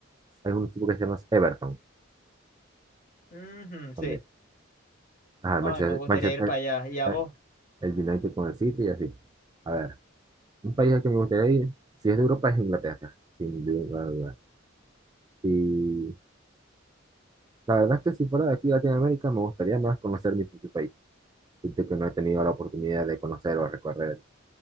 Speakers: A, on the right; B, on the left.
A: hay un equipo que se llama Everton
B: Ujú,
A: también.
B: sí,
A: Ajá,
B: bueno,
A: el Manchester,
B: a mí me gustaría
A: Manchester-
B: ir para allá. ¿Y a
A: el,
B: vos?
A: el United con el City y así. A ver, un país al que me gustaría ir, si es de Europa, es Inglaterra, sin duda, duda. Y la verdad es que si fuera de aquí, Latinoamérica, me gustaría más conocer mi propio país. Siento que no he tenido la oportunidad de conocer o recorrer